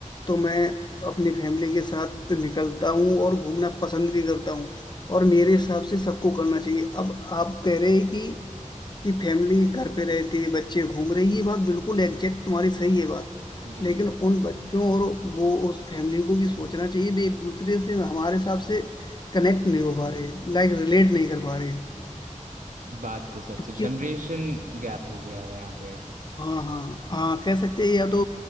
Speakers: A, on the left (about 35°); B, on the right (about 75°).
A: तो मैं अपनी फैमिली के साथ निकलता हूँ और घूमना पसंद भी करता हूँ और मेरे हिसाब से सबको करना चाहिए अब आप कह रहे हैं कि कि फैमिली घर पे रहती है बच्चे घूम रहे हैं, ये बात बिल्कुल एग्जैक्ट तुम्हारी सही है बात
B: जी
A: लेकिन उन बच्चों और वो उस फैमिली को भी सोचना चाहिए भी एक दूसरे से हमारे हिसाब से कनेक्ट नहीं हो पा रहे लाइक रिलेट नहीं कर पा रहे
B: बात तो सच है जनरेशन
A: क्यों
B: गैप हो गया है यहाँ पे
A: हाँ हाँ हाँ कह सकते हैं या तो